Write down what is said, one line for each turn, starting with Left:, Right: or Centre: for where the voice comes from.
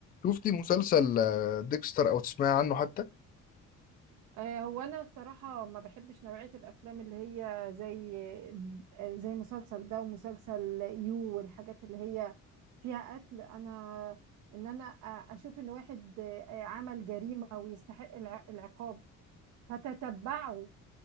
Left: شفتي مسلسل آه، ديكستر او تسمعي عنه حتى
Right: آه، هو انا الصراحه ما بحبش نوعيه الافلام اللي هي زي آه، زي مسلسل ده ومسلسل يو والحاجات اللي هي فيها قتل انا ان انا أ- اشوف ان واحد آه، عمل جريمه ويستحق الع- العقاب فتتبعه